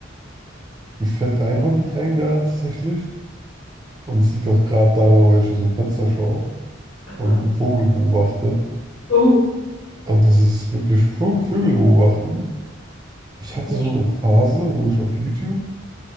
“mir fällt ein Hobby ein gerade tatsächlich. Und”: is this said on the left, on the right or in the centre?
Right